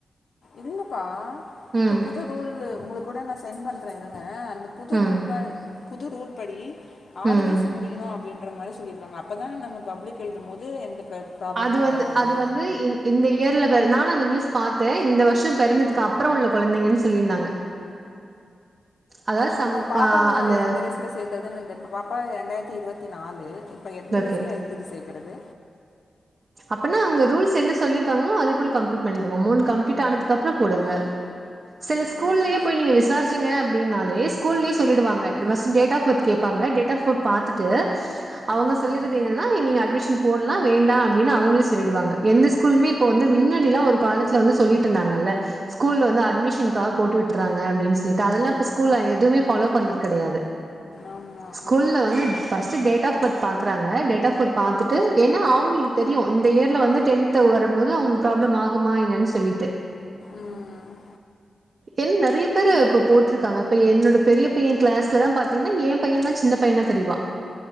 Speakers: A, on the left; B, on the right.
A: இல்லப்பா இப்ப
B: ம்
A: புது ரூலு உங்களுக்கூட நா சென் பண்றே இருங்க. அந்த புது ரூல்
B: ம்
A: மார் புது ரூல் படி ஆறு
B: ம்
A: வயசு முடியணும் அப்படின்னு ண்ற மாதிரி சொல்லியிருக்காங்க அப்பதான் நம்ம பப்ளிக் எழுதும் போது எந்த ப்ர ப்ராப்ளமு
B: அது வந்து
A: வராது
B: அது வந்து இ இந்த இயர்ல பிறந்தா இல்ல நியூஸ் பாத்த இந்த வர் வருஷம் பிறந்ததுக்கு அப்புறம் உள்ள குழந்தைங்கன்னு சொல்லியிருந்தாங்க. அதாவது
A: இப்போ
B: சம்
A: பாப்பாவ
B: அ அந்த.
A: எந்த <unintelligible> பாப்பா இரண்டாயிரத்தி இருபத்தி நாலு இப்ப எந்த
B: ஓகே
A: வயசல எல் கே ஜி சேர் க்கிறது
B: அப்பனா அங்க ரூல்ஸ் என்ன சொல்லியிருக்காங்களோ அதே போல கம்ப்ளீட் பண்ணிக்கோங்க மூணு கம்ப்ளீட் ஆனதுக்குப்றோ போடுங்க. சில ஸ்கூல்லயே
A: ம்
B: போய் நீங்க விசாரிச்சீங்க அப்படின்னாலு ப்ளே ஸ்கூல்லயே சொல்லிடுவாங்க ஃபர்ஸ்ட் டேட் ஆப் பர்த் கேட்பாங்க டேட் ஆஃப் போய் பார்த்துட்டு அவங்க
A: ம் ம்
B: சொல்லிருது என்னன்னா நீங்க அட்மிஷன் போ ல்லாம் வேண்டா <unintelligible> னு அவங்களே சொல்லிடுவாங்க எந்த ஸ்கூலுமே இப்ப வந்து மின்னாடில்லா ஒரு காலத்துல வந்து சொல்லிட்ருந்தாங்கல்ல. ஸ்கூல்ல வந்து அமிஷன்க்காக போட்டு விட்டுறாங்க அப்பின் சொ ட்டு அதெல்லாம் இப்ப ஸ்கூல்ல எவுமே ஃபாலோ பண்றது கிடையாது.
A: ஆமா
B: ஸ்கூல்ல
A: ம்
B: வந்து ஃபஸ்ட் டேட் ஆஃப் பர்த் பாக்குறாங்க டேட் ஆஃப் பர்த் பாத்துட்டு ஏன்னா அவுங்களுக் இந்த இயர்ல வந்து டென்த் வரும்போது அவங்க ப்ராப்ளம் ஆகுமா என்னன்னு சொல்லிட்டு
A: ம்
B: ஏன் நெறைய பேரு இப்ப போட்டிருக்காங்க இப்ப என்னோட பெரிய பையன் கிளாஸ்லா பாத்தீங்கன்னா என் பையன தா சின்ன பையனா தெரியவா.